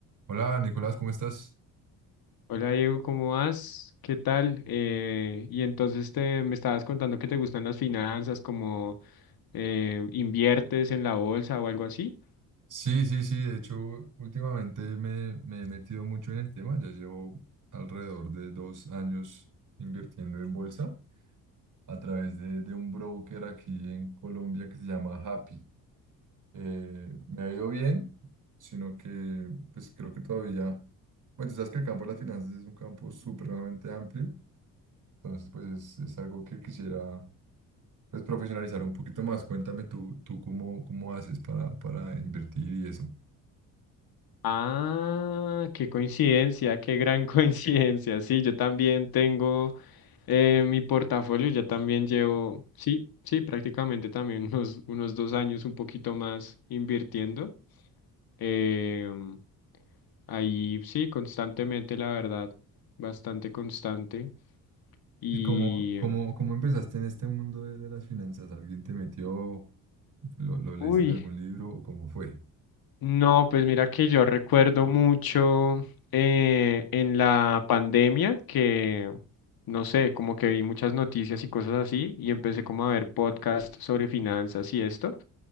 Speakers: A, on the right (about 50°); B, on the left (about 60°).
A: Hola Nicolás, ¿cómo estás?
B: Hola Diego, ¿cómo vas? ¿Qué tal? Eh, y entonces te, me estabas contando que te gustan las finanzas, como eh, inviertes en la bolsa o algo así.
A: Sí, sí, sí, de hecho últimamente me, me he metido mucho en el tema, ya llevo alrededor de dos años invirtiendo en bolsa a través de, de un broker aquí en Colombia que se llama Happy. Eh, me ha ido bien, sino que pues creo que todavía, bueno, tú sabes que el campo de las finanzas es un campo supremamente amplio, entonces pues es, es algo que quisiera pues profesionalizar un poquito más. Cuéntame tú, tú cómo, cómo haces para, para invertir y eso.
B: Ah, qué coincidencia, qué gran <laughs> coincidencia. Sí, yo también tengo eh, mi portafolio, yo también llevo, sí, sí, prácticamente también <laughs> unos, unos dos años un poquito más invirtiendo. Em, ahí sí, constantemente, la verdad, bastante constante. Y,
A: ¿Y cómo, cómo, cómo empezaste en este mundo de, de las finanzas? ¿Alguien te metió? ¿Lo, lo leíste
B: uy,
A: en algún libro o cómo fue?
B: no, pues mira que yo recuerdo mucho eh, en la pandemia que, no sé, como que vi muchas noticias y cosas así y empecé como a ver podcasts sobre finanzas y esto,